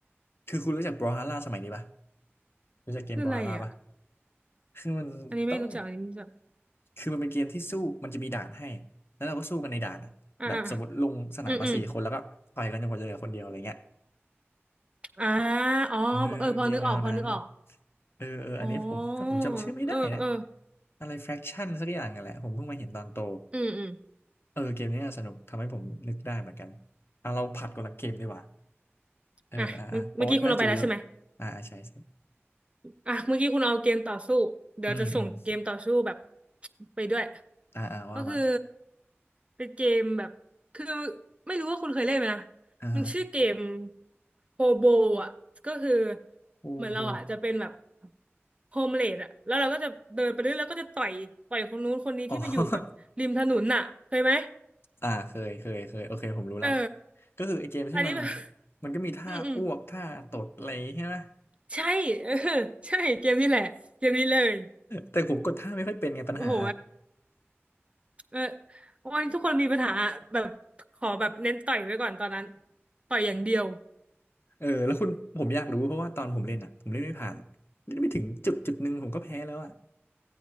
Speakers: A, on the left; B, on the right.
A: คือคุณรู้จักบรอฮาร่าสมัยนี้ปะรู้จักเกมบรอฮาร่าปะ
B: คืออะไรอ่ะ
A: คือมันต้อง
B: อันนี้ไม่รู้จักอันนี้ไม่รู้จัก
A: คือมันเป็นเกมที่สู้มันจะมีด่านให้แล้วเราก็สู้กันในด่านอะแบบสมมติลงสนามมาสี่คนแล้วก็ต่อยกันจนกว่าจะเหลือคนเดียวอะไรเงี้ย
B: อ่าอ่าอืมอืมอ่าอ๋อเออพอนึกออกพอนึกออก
A: เออเกมแนวนั้นเออเอออันนี้ผมก็ผมจำชื่อไม่ได้นะ
B: อ๋อเออเออ
A: อะไร fraction สักอย่างอะแหละผมเพิ่งมาเห็นตอนโต
B: อืมอืม
A: เออเกมนี้น่าสนุกทำให้ผมนึกได้เหมือนกันอ่ะเราผัดคนละเกมดีกว่าเอออ่ะอ่ะเพราะว่าน่าจะเยอะ
B: อ่ะเมื่อเมื่อกี้คุณเอาไปแล้วใช่ไหม
A: อ่ะอ่ะใช่ใช่
B: อ่ะเมื่อกี้คุณเอาเกมต่อสู้เดี๋ยวจะส่งเกมต่อสู้แบบ
A: อืมอืม
B: ไปด้วย
A: อ่ะอ่ะว่ามา
B: ก็คือเป็นเกมแบบคือไม่รู้ว่าคุณเคยเล่นไหมนะ
A: อ่าฮะ
B: มันชื่อเกมโฮโบอ่ะก็คือ
A: โคโบ
B: เหมือนเราอ่ะจะเป็นแบบโฮมเลดอ่ะแล้วเราก็จะเดินไปเรื่อยแล้วก็จะต่อยต่อยคนนู้นคนนี้ที่ไปอยู่แบบริมถนนน่ะเคยไหม
A: อ๋อ <laughs> อ่าเคยเคยเคยโอเคผมรู้ละ
B: เออ
A: ก็คือไอเกมที่มัน
B: อันนี้แบบ <laughs>
A: มันก็มีท่าอ้วกท่าตดอะไรใช่ไหม
B: อืมอืม
A: <laughs>
B: ใช่ <laughs> เออใช่เกมนี้แหละเกมนี้เลย
A: แต่ผมกดท่าไม่ค่อยเป็นไงปัญหา
B: โอ้โหเออวันนี้ทุกคนมีปัญหาแบบขอแบบเน้นต่อยไว้ก่อนตอนนั้นต่อยอย่างเดียว
A: เออแล้วคุณผมอยากรู้เพราะว่าตอนผมเล่นอ่ะผมเล่นไม่ผ่านเล่นไม่ถึงจุดจุดหนึ่งผมก็แพ้แล้วอ่ะ